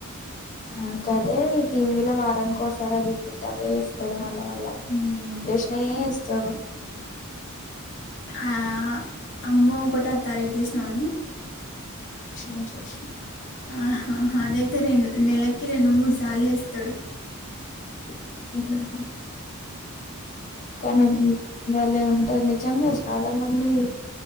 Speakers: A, on the left; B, on the left.
A: ఇంకదే టీవీల వారానికోసారా రిపీట్ అవే ఎస్తాడు మ ల్ల
B: ఉమ్.
A: ఎషినయే ఎస్తడు
B: ఆ అమ్మో ఒకటో తారీక్ చూసినావాను
A: మంచి వచ్చినాయి
B: ఆ అదైతే రెం నెలకి రెండు మూడు సార్ల ఎస్తడు
A: అఓహ కానీ బలే ఉంటాది నిజంగా చాలా మంది